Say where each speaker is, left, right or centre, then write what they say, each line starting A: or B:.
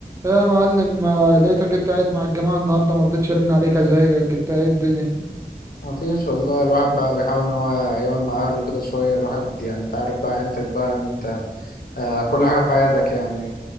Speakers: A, on the right (about 20°); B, on the left (about 65°).
A: يا معلم ما لقيتك انت قاعد مع الجماعة النهاردة ما رضيتش ارن عليك ازيك انت ايه الدنيا
B: ما فيش والله الواحد بقى بيحاول ان هو يقعد مع اهله كده شويه الواحد يعني انت عارف بقى عيلتك بقى ان انت آه كل حاجه في حياتك يعني